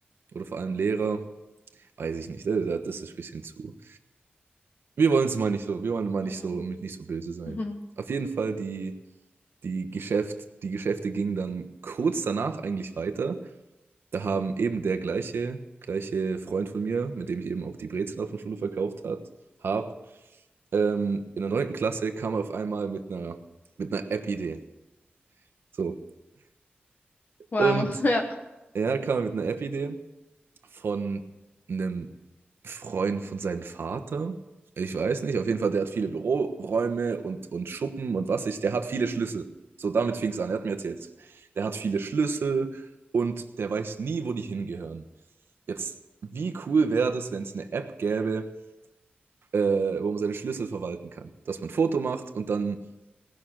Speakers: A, on the right; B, on the left.
A: oder vor allem Lehrer. Weiß ich nicht. äh, da- Das ist ein bisschen zu. Wir wollen es mal nicht so, wir wollen mal
B: Hm.
A: nicht so, nicht so böse sein.
B: Mhm.
A: Auf jeden Fall, die, die Geschäft, die Geschäfte gingen dann kurz danach eigentlich weiter. Da haben eben der gleiche, gleiche Freund von mir, mit dem ich eben auch die Brezeln auf der Schule verkauft hat, hab, ähm, in der neunten Klasse kam er auf einmal mit einer, mit einer App-Idee. So.
B: <laughs> Wow,
A: Und
B: ja.
A: ja kam er mit einer App-Idee von einem Freund von seinem Vater. Ich weiß nicht, auf jeden Fall, der hat viele Büroräume und, und Schuppen und was ich, der hat viele Schlüssel. So, damit fing es an, er hat mir erzählt, der hat viele Schlüssel und der weiß nie, wo die hingehören. Jetzt, wie cool wäre das, wenn es eine App gäbe, äh, wo man seine Schlüssel verwalten kann? Dass man ein Foto macht und dann,